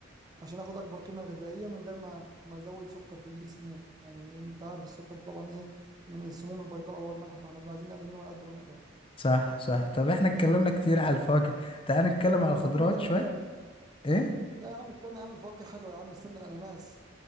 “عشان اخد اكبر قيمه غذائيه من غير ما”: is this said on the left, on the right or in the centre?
Right